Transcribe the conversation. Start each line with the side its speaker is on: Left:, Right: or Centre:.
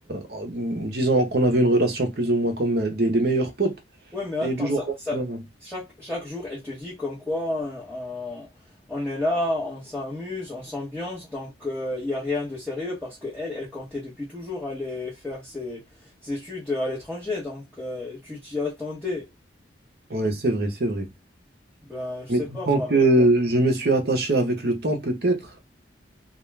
Right: euh, disons qu'on avait une relation plus ou moins comme euh, des, des meilleurs potes,
Centre: Ouais, mais attends,
Right: et du jour
Centre: ça,
Right: au
Centre: ça,
Right: lendemain.
Centre: chaque, chaque jour, elle te dit comme quoi on, on- on est là, on s'amuse, on s'ambiance, donc euh, il y n'y a rien de sérieux parce que elle, elle comptait depuis toujours aller faire ses, ses études à l'étranger, donc euh, tu t'y attendais.
Right: Ouais, c'est vrai, c'est vrai.
Centre: Ben, je
Right: Mais
Centre: sais pas
Right: disons
Centre: moi.
Right: que je me suis attaché avec le temps, peut-être,